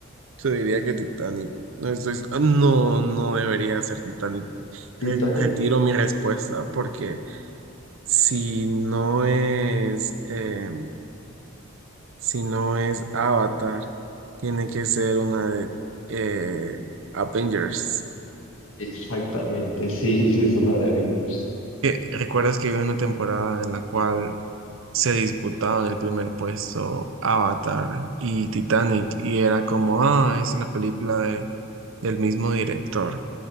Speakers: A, on the right; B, on the left.
A: yo diría que Titanic. No estoy, ah, no, no debería ser Titanic.
B: Titanic.
A: Re- retiro mi respuesta porque si no es, eh, si no es Avatar, tiene que ser una de eh, Avengers.
B: Exactamente, sí, sí, es una de Avengers.
A: que- ¿Recuerdas que había una temporada en la cual se disputaban el primer puesto Avatar y Titanic? Y era como, ah, es la película de, del mismo director.